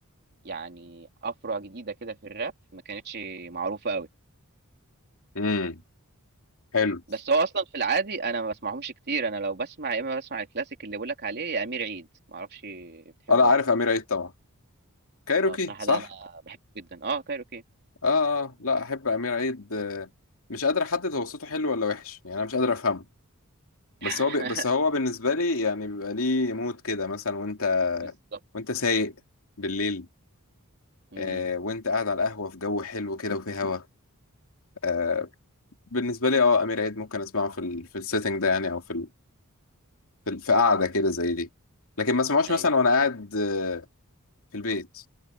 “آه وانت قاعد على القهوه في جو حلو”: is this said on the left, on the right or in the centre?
Left